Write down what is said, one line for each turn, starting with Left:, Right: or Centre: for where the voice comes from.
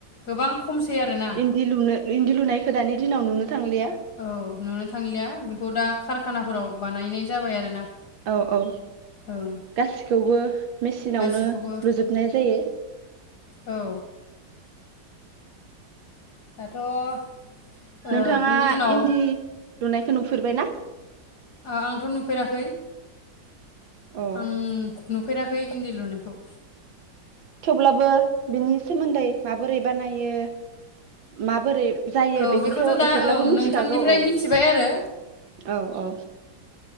Left: गोबां खमसै आरोना
Right: इन्दि लुनो इन्दि लुनायखौ दानि दिनाव नुनो थांलिया
Left: औ नुनो थांलिया बेखौ दा कारखानाफोराव बानायनाय जाबाय आरोना।
Right: औ औ
Left: ओं
Right: गासिखौबो मेसिनावनो
Left: गासिखौबो
Right: लुजोबनाय जायो।
Left: औ दाथ'
Right: नोंथाङा
Left: बिनि उनाव
Right: इन्दि लुनाय खौ नुफेरबायना?
Left: ओह आंथ' नुफेराखै।
Right: अ
Left: आं नुफेरा खै इन्दि लुनायखौ।
Right: अब्लाबो बिनि सोमोन्दै माबोरै बानायो माबोरै जायो
Left: औ
Right: बेखौथ'
Left: दा
Right: एसेब्लाबो
Left: ओं
Right: मिथिखागौ
Left: नोंथांनिफ्राय
Right: औ,
Left: मिथिबाय आरो
Right: औ औ।